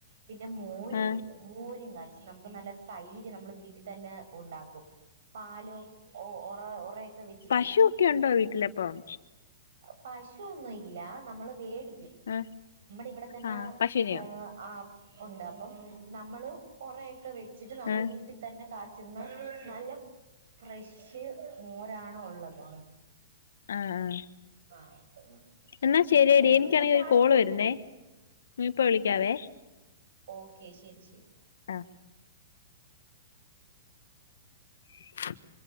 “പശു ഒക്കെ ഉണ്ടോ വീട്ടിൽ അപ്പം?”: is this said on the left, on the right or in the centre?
Left